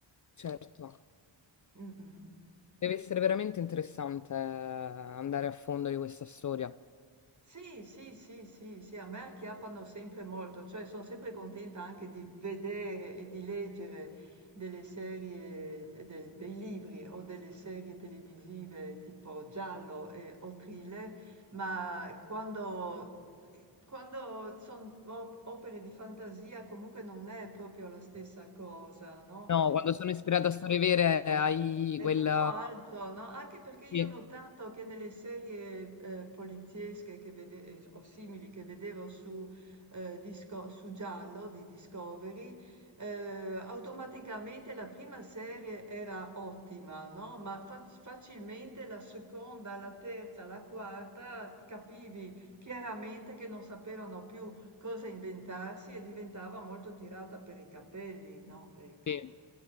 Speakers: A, on the left; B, on the right.
A: Certo.
B: Mm, mm, mm.
A: Deve essere veramente interessante eh, andare a fondo di questa storia.
B: Sì, sì, sì, sì, sì, a me acchiappano sempre molto, cioè sono sempre contenta anche di vedere e di leggere delle serie, eh, del- dei libri o delle serie televisive tipo giallo e- o thriller, ma quando, quando sono opere di fantasia comunque non è proprio la stessa cosa, no?
A: No, quando sono ispirata a storie vere hai
B: È
A: quella...
B: tutto altro, no? Anche perché io
A: Sì,
B: ho notato che nelle serie eh, poliziesche che vede- eh, o simili che vedevo su, eh, Disco- su Giallo di Discovery, eh, automaticamente la prima serie era ottima, no? Ma fac- facilmente la seconda, la terza, la quarta capivi chiaramente che non sapevano più cosa inventarsi e diventava molto tirata per i capelli, no? Ecco.
A: sì,